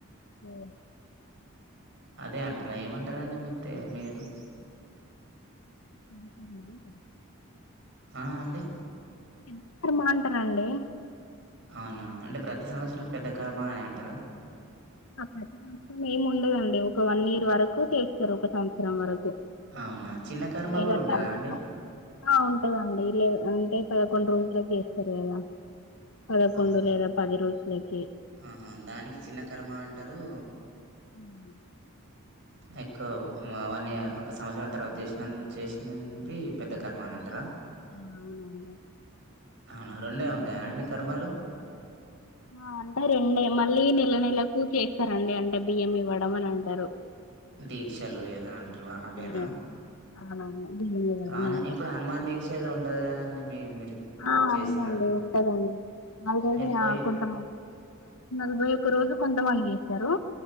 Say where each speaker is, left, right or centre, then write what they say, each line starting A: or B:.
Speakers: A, on the left; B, on the right.
A: ఓ
B: అదే అంటారా ఏమంటారా అండి మీతే మీరు
A: <unintelligible>
B: ఆ అండి
A: ఇద్దరు బా అంటారండి
B: అవునా అంటే ప్రతి సంవత్సరం పెద్ద కర్మ అనే అంటార
A: ప్రతి సంవత్సరం ఏం ఉండదండి ఒక వన్ ఇయర్ వరకు చేస్తారు ఒక సంవత్సరం వరకు
B: అవునా! చిన్న కర్మ
A: ఇగ
B: గూడా ఉంటదా
A: తర్వాత
B: అండి?
A: ఆ ఉంటదండి లే అంటే పదకొండు రోజులకు చేస్తారు కదా పదకొండు
B: అవునా
A: లేదా పది రోజులకి
B: ఆహా దానికి చిన్న కర్మ అంటారు
A: ఓహ
B: ఎక్కువవన్నీ ఒక సంవత్సరం తర్వాత చేసిన చేసినంది పెద్ద కర్మా అని
A: అంతేనా?
B: అంటార
A: ఆ అవునండి
B: అవును రెండే ఉంటాయా అండి కర్మలు
A: ఆ అంటే రేడే మళ్ళీ నెల నెలకు చేస్తారండి అంటే బియ్యం ఇవ్వడం అని అంటారు
B: దీక్షలు ఏదో అంటారువ అవేనా
A: ఉమ్ అవునవును బియ్యం ఇవ్వడం
B: అవునా
A: అన్నారు
B: ఇప్పుడు హనుమాన్ దీక్ష ఎదో ఉంటది కదండి మీ మీరు
A: ఆ
B: చేస్తారా
A: అవునండి
B: అది
A: ఉంటదండి ఆల్రెడీ
B: మీరు పోయి
A: ఆకుంటున్నాను నలభై ఒక రోజు కొంత మంది చేస్తారు